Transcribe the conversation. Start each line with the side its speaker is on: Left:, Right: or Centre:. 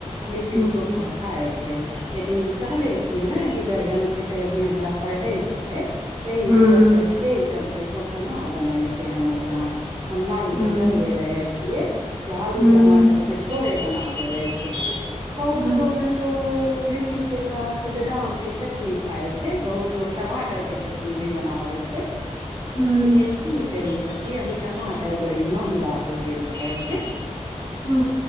Right: लिट्टी
Left: ह
Right: चोखा खााय छै लेकिन कहले छी इ न कि बैगन के से अभी हमरा परहेज छै यही
Left: ह
Right: चल यही चलते चोखा ना बनाय छै हमर यहाँ हम माई
Left: ह
Right: के कहले रहे छियै कि आलू
Left: हुं
Right: टमाटर के छ भोरे बना देेबे छै बहुत
Left: हुं
Right: लोगन तो लिट्टी के साथ बदाम के चटनी खाय छै बहुत लोग टमा टर के चटनी भी बनाबे छै
Left: हुं
Right: लेकिन की कही सखी अभी टमाटर बड़ी महंगा हो गेल रहै छै
Left: हू